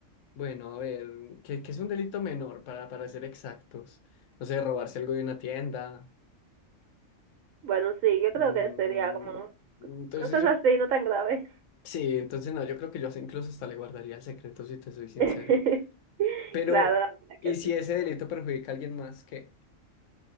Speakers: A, on the left; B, on the right.
A: bueno, a ver, ¿qué, qué es un delito menor para, para ser exactos? No sé, robarse algo de una tienda.
B: Bueno, sí, yo
A: mm,
B: creo que sería como
A: entonces
B: cosas
A: yo,
B: así, no tan graves.
A: sí, entonces no, yo creo que yo hasta- incluso hasta le guardaría el secreto, si te soy sincero.
B: <laughs>
A: Pero,
B: Claro, la verdad
A: ¿y
B: que
A: si
B: sí.
A: ese delito perjudica a alguien más que...